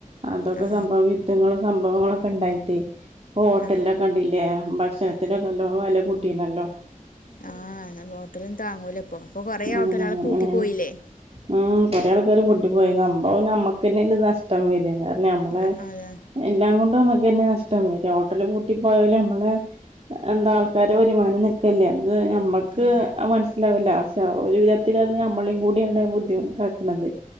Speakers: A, on the right; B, on the left.
A: അതൊക്കെ
B: ആ
A: സംഭവി യുദ്ധങ്ങളും സംഭവങ്ങളൊക്കെ എണ്ടായിട്ടേ ഹോട്ടലൊക്കെ
B: ആ
A: കണ്ടില്ലേ ഭക്ഷണത്തിനൊക്കെ നല്ലോം വില കൂട്ടിയിരുന്നല്ലോ
B: ആഹ് ഹോട്ടലൊന്നും താങ്ങൂലിപ്പൊ അപ്പൊ കൊറേ ഹോട്ടലുകള്
A: ഉം
B: പൂട്ടി
A: അങ്ങനെയാണ്
B: പോയില്ലേ
A: ഉം കൊറേ ആൾക്കാര് പൂട്ടി പോയ സംഭവം ഞമ്മക്ക് തന്നെ അതിന്റെ നഷ്ടം വരിക പിന്ന നമ്മള്
B: അ അതെ
A: എല്ലാം കൊണ്ടും നമ്മക്ക് തന്നെ നഷ്ടം ഒരു ഹോട്ടല് പൂട്ടിപ്പോയാല് നമ്മള് എന്താ ആൾക്കാര വരുമാനം നി ക്കെണ്ടെ അത് ഞമ്മക്ക്
B: ആ
A: മനസ്സിലാവില്ല പക്ഷേ ഒരു വിധത്തില് അത് നമ്മളയും കൂടിയാണ് ബുദ്ധിമു ട്ടാക്കണത്